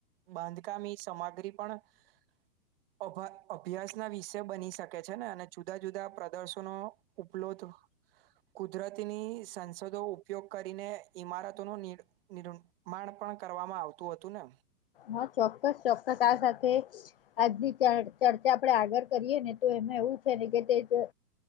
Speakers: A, on the right (about 40°); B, on the left (about 40°).
A: બાંધકામી સામગ્રી પણ અભ અભ્યાસ ના વિષ બની શકે છે ને અને અભા અભ્યાસ વિષે બની શકે છે ને અને જુદા જુદા પ્રદર્શનો ઉપલોધ કુદરતીની સંસદો ઉપયોગ કરીને ઈમારતોનું નિ નિ નિર્માણ પણ કરવામાં આવતું હતું ને
B: હા ચોક્કસ ચોક્કસ આ સાથે આજની ચર્ચા આપણે આગળ કરીએ ને તો એમાં એવું છે ને કે તે જ